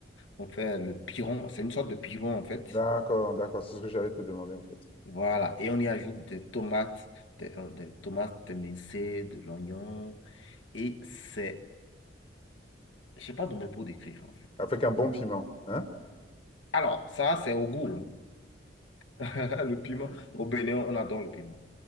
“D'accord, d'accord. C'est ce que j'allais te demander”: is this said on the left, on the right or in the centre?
Left